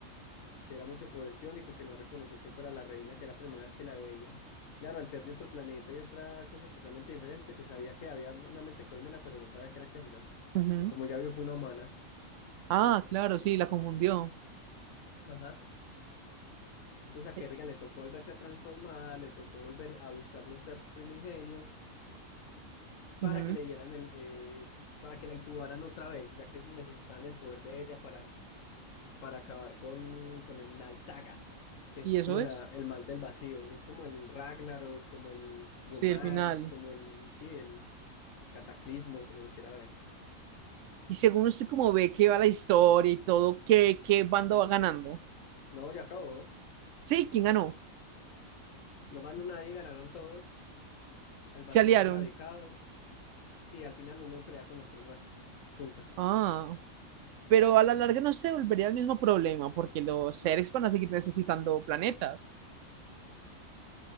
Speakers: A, on the left; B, on the right.
A: que era mucho poder ciónico y que no reconoció que fuera la reina, que era la primera vez que la veía. Claro, al ser de otro planeta y otra cosa totalmente diferente, pues sabía que había una mente colmena, pero no sabía que era Kerrigan.
B: ujú, ujú.
A: Y como ya vio, fue una humana.
B: Ah, claro, sí, la confundió.
A: Ajá. Entonces a
B: Eh,
A: Kerrigan le tocó volverse a transformar, le tocó volver a buscar los ser primigenios. para
B: ujú.
A: que le dieran el, eh, para que la incubaran otra vez, ya que necesitaban el poder de ella para, para acabar con, con el Nalsaga, que es
B: ¿Y eso
A: como la,
B: es?
A: el mal del vacío, es como el Ragnarok, como el Gumash,
B: Sí, el final.
A: como el, sí, el Cataclismo, como lo quiera ver.
B: Y según usted como ve que va la historia y todo, ¿qué, qué bando va ganando?
A: No, ya acabó,
B: Sí, ¿quién ganó?
A: no ganó nadie, ganaron todos, el vacío
B: Se aliaron.
A: fue erradicado, sí, al final uno pelea con las tres razas juntas.
B: Ah, pero a la larga no se volvería el mismo problema porque los seres van a seguir necesitando planetas.